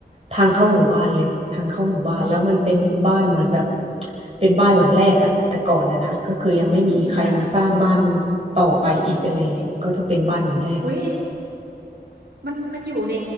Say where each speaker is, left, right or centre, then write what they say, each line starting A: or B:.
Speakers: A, on the right (about 35°); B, on the right (about 75°).
A: ทางเข้าหมู่บ้านเลยทางเข้าหมู่บ้านแล้วมันเป็นบ้านเหมือนแบบ
B: อืม
A: เป็นบ้านหลังแรกอะแต่ก่อนนะนะก็คือยังไม่มีใครมาสร้างบ้าน
B: อืมค่ะ
A: ต่อไปอีกอะไรเงี้ยก็จะเป็นบ้านหลังแรกอะ
B: อุ้ยมันมันอยู่ใน